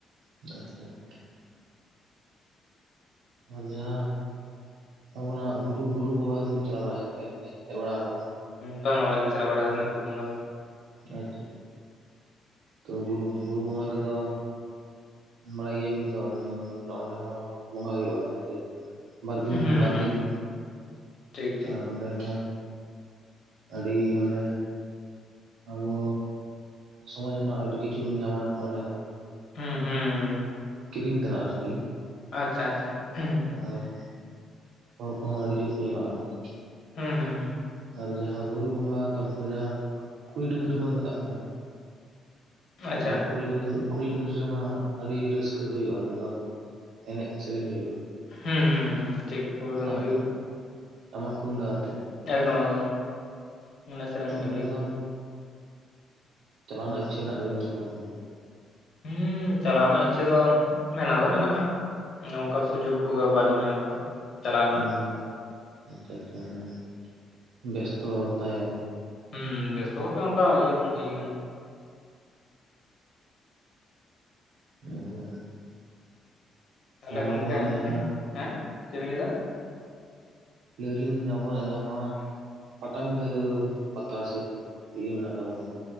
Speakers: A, on the right; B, on the left.
A: ᱟᱪᱪᱷᱟ ᱟᱪᱪᱷᱟ ᱦ ᱟᱨ ᱡᱟᱦᱟᱸ ᱟᱵᱚᱱᱟᱜ ᱵᱩᱨᱩ ᱵᱚᱸᱜᱟᱫᱤᱵᱚᱱ ᱪᱟᱞᱟᱣ ᱵᱟᱲᱟᱭ <unintelligible> ᱦᱮᱡ ᱵᱟᱲᱟ ᱟᱠᱟᱱᱟ
B: ᱢᱤᱫ ᱫᱷᱟᱣ ᱦᱚᱸ ᱵᱟᱞᱤᱧ ᱪᱟᱞᱟᱭ ᱵᱟᱲᱟ ᱟᱠᱟᱱᱟ ᱵᱩᱨᱩ ᱵᱸᱜᱟ ᱫᱚ
A: ᱟᱪᱪᱷᱟ ᱛᱚ ᱵᱩᱨᱩ ᱵᱩᱨᱩ ᱵᱚᱸᱜᱟ ᱨᱮᱫᱚ ᱵᱟᱲᱟᱭ ᱜᱮᱭᱟᱵᱤᱱ ᱛᱚ ᱚᱸᱰᱮ ᱦᱚᱸ ᱵᱚᱸᱜᱟ ᱦᱩᱭᱩᱜᱼᱟ ᱵᱟᱨ ᱫᱤᱱ
B: ᱦᱩᱸ
A: ᱵᱟᱨ
B: ᱦᱩᱸ
A: ᱫᱤᱱ
B: ᱴᱷᱤᱠ ᱴᱷᱤᱠ
A: ᱟᱨ ᱚᱸᱰᱮ ᱦᱚᱸ ᱟᱹᱰᱤ ᱢᱟᱱᱮ ᱟᱵᱚ ᱥᱚᱢᱟᱡᱽ ᱨᱮᱱᱟᱜ ᱟᱹᱰᱤ ᱠᱤᱪᱷᱩ ᱵᱚᱱ ᱧᱟᱢᱟ ᱚᱸᱰᱮ ᱦᱚᱸ
B: ᱦᱩᱸ ᱦᱩᱸ ᱦᱩᱸ
A: ᱠᱤᱨᱤᱧ ᱛᱟᱱᱟ ᱟᱨᱠᱤ
B: ᱟᱪᱪᱷᱟ ᱟᱪᱪᱷᱟ ᱦᱩ
A: ᱟᱨ ᱦᱚᱲ ᱠᱚᱦᱚᱸ ᱟᱹᱰᱤ ᱡᱳᱨ ᱠᱚ ᱪᱟᱞᱟᱜᱼᱟ
B: ᱦᱩᱸ ᱦᱩᱸ ᱦᱩᱸ
A: ᱟᱨ ᱡᱟᱦᱟᱸ ᱵᱩᱨᱩ ᱵᱚᱸᱜᱟ ᱛᱟᱨᱯᱚᱨᱮ ᱡᱟᱦᱟᱸ ᱠᱩᱲᱤ ᱰᱩᱝᱨᱤᱵᱚᱱ ᱢᱮᱛᱟᱜ ᱠᱟᱱᱟ᱾
B: ᱟᱪᱪᱷᱟ
A: ᱚ ᱠᱷᱩᱲᱤ ᱰᱩᱝᱨᱤ ᱠᱷᱚᱲᱤ ᱰᱩᱝᱨᱤ ᱨᱮᱢᱟ ᱟᱹᱰᱤ ᱨᱟᱹᱥᱠᱟᱹ ᱦᱩᱭᱩᱜᱼᱟ ᱚᱸᱰᱮ ᱫᱚ ᱮᱱᱮᱡ ᱥᱮᱨᱮᱧ ᱦᱩᱭᱩᱜᱼᱟ
B: ᱦᱩᱸ ᱦᱩᱸ ᱦᱩᱸ ᱴᱤᱠ ᱠᱷᱩᱲᱤ ᱰᱩᱝᱨᱤ
A: ᱴᱟᱢ ᱴᱟᱢᱟᱠ ᱛᱩᱢᱫᱟ ᱟᱛᱮ
B: ᱮᱠᱫᱚᱢ ᱮᱠᱫᱚᱢ ᱚᱱᱟ ᱥᱮᱨᱮᱧ ᱦᱩᱭᱩᱜᱼᱟ
A: ᱚ ᱚᱸᱰᱮᱮᱫ
B: ᱴᱷᱤᱠ
A: ᱫᱚ ᱪᱟᱞᱟᱣ ᱨᱮᱱᱟᱜ ᱤᱪᱪᱷᱟᱹ ᱦᱮᱱᱟᱜ ᱛᱟᱵᱤᱱᱟ ᱥᱮ ᱵᱟᱝ ᱚᱸᱰᱮ ᱫᱚ
B: ᱦᱮᱸ ᱪᱟᱞᱟᱣ ᱨᱮᱱᱟᱜ ᱤᱪᱪᱷᱟᱹ ᱫᱚ ᱢᱮᱱᱟᱜ ᱫᱚ ᱢᱮᱱᱟᱜᱼᱟ ᱱᱚᱝᱠᱟ ᱥᱩᱡᱳᱜᱽ ᱠᱚᱜᱮ ᱵᱟᱹᱞᱤᱧ ᱧᱟᱢ ᱟᱠᱟᱫᱟ ᱪᱟᱞᱟᱣ ᱨᱮᱱᱟᱜ
A: ᱚ ᱟᱪᱪᱷᱟ ᱟᱪᱪᱷᱟ ᱢᱟᱱᱮ ᱵᱮᱥᱛᱚ ᱛᱟᱭ
B: ᱦᱩᱸ ᱵᱮᱥᱛᱚ ᱵᱚᱞᱛᱮ ᱚᱱᱠᱟ ᱤᱭᱟᱹ ᱵᱟᱝ ᱦᱩᱜᱠᱟᱱᱟ
A: <unintelligible>
B: ᱛᱟᱦᱚᱞᱮ ᱜᱚᱝᱠᱮ
A: ᱟᱵᱚᱱᱟᱜ ᱡᱟᱦᱟᱸ
B: ᱦᱮᱸ ᱪᱮᱫ ᱵᱮᱤᱱ ᱞᱟᱹᱭᱫᱟ?
A: ᱞᱟᱹᱭᱞᱤᱧ ᱟᱵᱚᱣᱟᱜ ᱡᱟᱦᱟᱸ ᱱᱚᱣᱟ ᱯᱟᱴᱟᱵᱤᱫᱟᱹ ᱯᱟᱛᱟ ᱥᱮ ᱤᱭᱟᱹ ᱢᱮᱱᱟᱜ ᱛᱟᱯᱚᱱᱟ